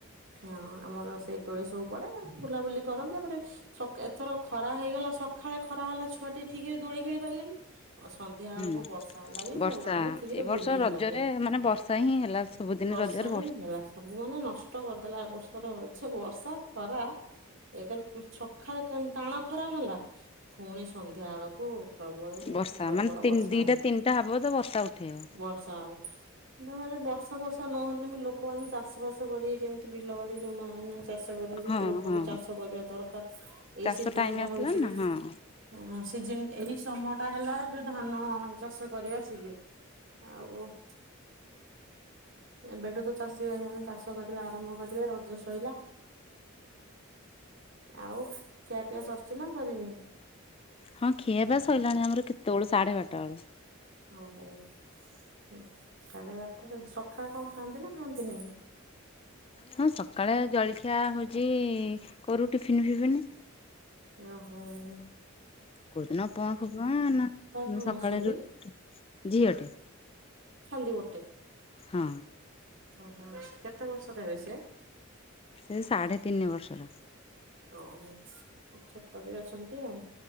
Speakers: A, on the right; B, on the left.
A: ହଁ ଆମର ସେଇ ଦୋଳି ସବୁ ପଡେ। ବୁଲାବୁଲି କରନ୍ତି ତାପରେ ସକ୍ ଏଥର ଖରା ହେଇଗଲା ସକାଳେ ଖରା ହେଲା ଛୁଆ ଟିକେ ଠିକ ରେ ଦୋଳି। ଖେଳି ପାଇଲେନି ଅ ସନ୍ଧ୍ୟା ବେଳକୁ
B: ହୁଁ
A: ବର୍ଷା ହେଲା ବି
B: ବର୍ଷା
A: ମେଲଣ ବି ଠିକରେ
B: ଏ ବର୍ଷ
A: ବୁଲି
B: ରଜରେ
A: ହେଲାନି
B: ମାନେ ବର୍ଷା
A: ଉଁ।
B: ହିଁ ହେଲା ସବୁଦିନ
A: ବର୍ଷା
B: ରଜରେ
A: ହିଁ ହେଲା ସବୁ ମାନେ ନଷ୍ଟ କରିଦେଲା ଏ ବର୍ଷର <unintelligible> ବର୍ଷା, ଖରା। ଏକେରେ ଉଁ ସଖାଳେ କେନ ଟାଣ ଖରା ହେଲା ପୁଣି ସନ୍ଧ୍ୟା ବେଳକୁ। ପ୍ରବଳରୁ
B: ବର୍ଷା
A: ଅତି ପ୍ରବଳ
B: ମାନେ ତିନ
A: ବର୍ଷା
B: ଦିଟା
A: ହେଲା।
B: ତିନିଟା ହବ ତ ବର୍ଷା ଉଠେଇବ
A: ବର୍ଷା ହବ। ନା ମାନେ ବର୍ଷା ବର୍ଷା ନହେନେ ବି ଲୋକମାନେ ଚାଷ ବାସ କରିକି କେମିତି ବିଲ ବାଡି ଜୋଉମାନେ। ଚାଷ କରନ୍ତି।
B: ହଁ
A: ସେ ଲୋକ
B: ହଁ
A: ବି ଚାଷ କରିବା ଦରକାର ଏଇ
B: ଚାଷ
A: ସିଜନ
B: ଟାଇମ
A: ଟା
B: ଆସିଲାଣି
A: ହଉଛି
B: ନା
A: ବି।
B: ହଁ।
A: ଆଁ ସିଜିନ୍ ଏଇ ସମୟ ଟା ହେଲା ଯୋଉ ଧାନ ଚାଷ କରିବା ସିଜିନ୍। ଆଉ କ ଏବେଠୁ ତ ଚାଷୀ ଭାଇ ମାନେ ଚାଷ କରିବା ଆରମ୍ଭ କରିବେ ରଜ ଶଇଲା। ଆଉ ଖିଆ ପିଆ ସରିଛି ନା ସରିନି?
B: ହଁ ଖିଆ ପିଆ ସରିଲାଣି ଆମର କେତେବେଳୁ ସାଢେ ବାରଟା ବେଳୁ।
A: ଓହୋ ସାଢେ ବାରଟାରେ। ସକାଳେ କଣ ଖାଆନ୍ତି ନା ଖାଆନ୍ତିନି?
B: ହଁ ସକାଳେ ଜଳଖିଆ ହଉଚି କରୁ ଟିଫିିନ ଫିଫନ୍।
A: ଅଁ ହୋଁ।
B: କୋଉଦିନ ଉପମା ଫୁଲମା ନାଁ
A: କଣ
B: ସକାଳେ
A: ଅଛନ୍ତି
B: ରୁଟ ଝିଅଟେ।
A: ଖାଲି ଗୋଟେ?
B: ହଁ।
A: ଓହୋ କେତେ ବର୍ଷରେ ଏବେ ସିଏ?
B: ସେ ସାଢ଼େ ତିନି ବର୍ଷର।
A: ଓହୋ ଛୋଟ ବି ଅଛନ୍ତି ଆଉ।